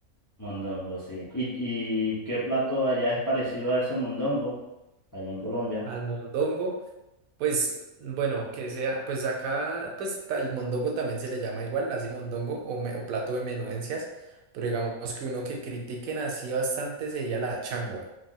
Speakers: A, on the left (about 30°); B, on the right (about 75°).
A: Mondongo, sí. ¿Y, y qué plato allá es parecido a ese mondongo? Allá en Colombia.
B: Almondongo. Pues bueno, que sea, pues acá, pues ta- el mondongo también se le llama igual, así mondongo o, me- o plato de menudencias, pero digamos que uno que critiquen así bastante sería la changua.